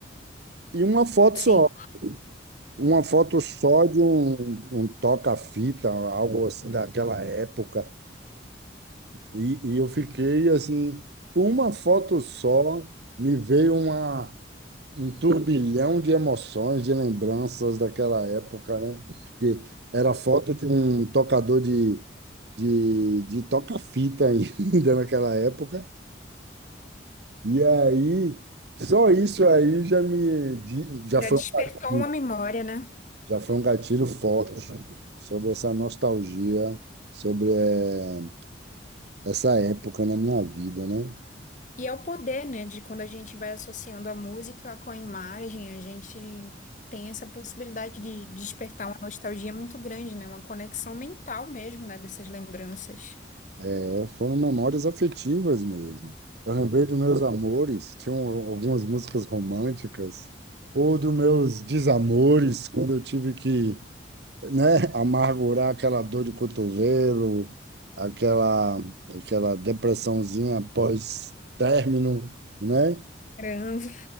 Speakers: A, on the right (about 60°); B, on the left (about 40°).
A: e uma foto
B: Sim.
A: só. Uma foto só de um, um toca-fita, algo assim daquela época. E, e eu fiquei assim, com uma foto só, me veio uma, um turbilhão de emoções, de lembranças daquela época, né? Que era foto de um tocador de, de, de toca-fita ainda <laughs> naquela época. E aí, só isso aí já me, di- já
B: Já
A: foi
B: despertou
A: um
B: uma memória, né?
A: já foi um gatilho forte sobre essa nostalgia, sobre eh, essa época na minha vida, né?
B: E é o poder, né, de quando a gente vai associando a música com a imagem, a gente tem essa possibilidade de despertar uma nostalgia muito grande, né? Uma conexão mental mesmo, né, dessas lembranças.
A: É, foram memórias afetivas mesmo. Eu lembrei dos meus amores, tinham algumas músicas românticas, ou dos meus desamores, quando eu tive que, né, amargurar aquela dor de cotovelo, aquela, aquela depressãozinha pós-término, né?
B: Caramba.